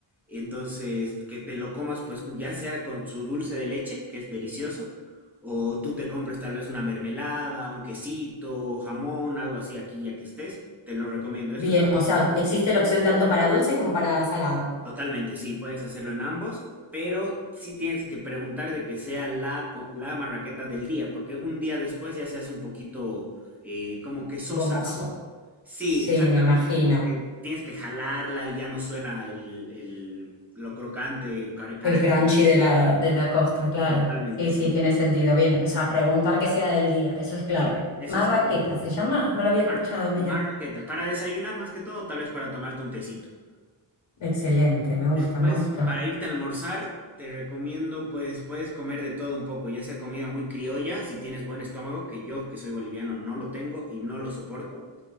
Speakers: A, in the centre; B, on the left.
A: entonces que te lo comas pues con- ya sea con su dulce de leche, que es delicioso, o tú te compres tal vez una mermelada, un quesito, jamón, algo así aquí ya que estés, te lo recomiendo,
B: Bien,
A: eso es algo
B: o sea,
A: que sí o
B: existe
A: sí.
B: la opción tanto para dulce como para salado.
A: Totalmente, sí, puedes hacerlo en ambos, pero sí tienes que preguntar de que sea la, co- la marraqueta del día, porque un día después ya se hace un poquito eh, como que sosa,
B: Gomoso.
A: ¿no? Sí,
B: Sí,
A: exactamente,
B: me imagino.
A: como que tienes que jalarla y ya no suena el, el- lo crocante, cara- característico,
B: El crunchy de la, de la costra, claro.
A: totalmente,
B: Sí, sí,
A: sí.
B: tiene sentido. Bien, o sea, preguntar que sea del día, eso es clave.
A: Sí, eso
B: Marraqueta,
A: es clave.
B: ¿se llama? No lo había
A: Mar-
B: escuchado, mira.
A: marraqueta, para desayunar más que todo, tal vez para tomarte un tecito.
B: Excelente, me gusta,
A: Después,
B: me gusta.
A: para irte a almorzar, te recomiendo, pues, puedes comer de todo un poco, ya sea comida muy criolla, si tienes buen estómago, que yo, que soy boliviano, no lo tengo y no lo soporto,